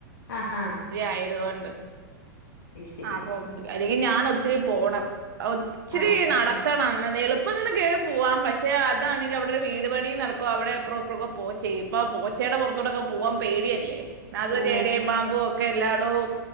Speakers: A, on the left (about 85°); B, on the right (about 75°).
A: ആഹ് അഹ്
B: ആയതു കൊണ്ട്
A: ശരി
B: ആഹ് അല്ലെങ്കിൽ ഞാൻ ഒത്തിരി പോണം ഒച്ചിരി
A: ആഹ്
B: നടക്കണം
A: ആഹ്
B: എളു പോവാം പക്ഷെ അതാണെങ്കിൽ അവിടെ ഒരു വീട് പണിയും നടക്കും അവിടെ <unintelligible> പോച്ചയും ഇപൊ ച്ചേയുടെ പുറത്തോട്ടൊക്കെ പോവാൻ പേടിയല്ലേ നാത്
A: ഓ
B: ചേരയും പാമ്പും ഒക്കെ എല്ലാടവും